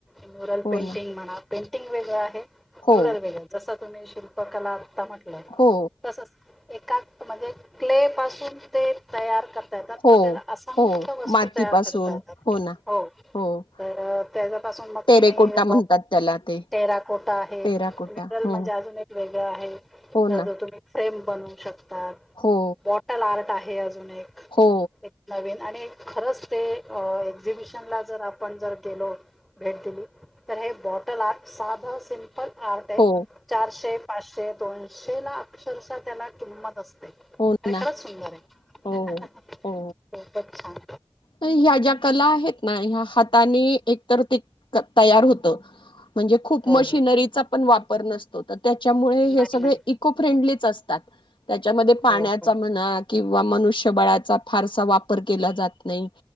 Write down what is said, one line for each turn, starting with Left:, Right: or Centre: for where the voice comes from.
Centre: न्यूरल
Left: हो
Centre: पेंटिंग
Left: ना
Centre: म्हणा पेंटिंग वेगळं आहे
Left: हो
Centre: म्युरल वेगळं जसं तुम्ही शिल्पकला आत्ता म्हटलं
Left: हो
Centre: तसंच एका म्हणजे क्लेपासून ते तयार करता येतात
Left: हो
Centre: मग त्याला अस संख्य
Left: हो
Centre: वस्तू
Left: मातीपासून
Centre: तयार करता येतात
Left: ना
Centre: हो
Left: हो
Centre: तर त्याच्यापासून मग
Left: टेरेकोटा
Centre: तुम्ही
Left: म्हणतात त्याला ते
Centre: टेरा कोटा आहे
Left: टेराकोटा
Centre: मिनल
Left: हो
Centre: म्हणजे अजून एक वेगळं आहे
Left: हो
Centre: त्याच
Left: ना
Centre: तुम्ही सेम बनवू शकताात
Left: हो
Centre: बॉटल आर्ट आहे अजून एक
Left: हो
Centre: एक नवीन आणि खरंच ते एक्झिबिशनला जर आपण जर गेलो भेट दिली तर हे बॉटल आ साधं सिंप पण आर्ट आहे
Left: हो
Centre: चारशे पाचशे दोनशे ला अक्षरशः त्याला किंमत असते अ
Left: हो ना
Centre: खरंच सुंदर आहे
Left: हो हो
Centre: खूपच छान
Left: ह्या ज्या कला आहेत ना ह्या हाताने एकतर ते तयार होतं म्हणजे खूप
Centre: हो
Left: मशी
Centre: हो
Left: नरीचा पण वापर नस तो त्याच्यामुळे
Centre: नाही
Left: हे सगळे
Centre: नाही
Left: इको फ्रेंडलीच असतात त्याच्यामध्ये पाण्याचा
Centre: हो हो
Left: म्हणा किंवा मनुष्यबळाचा फारसा वापर केला जात नाही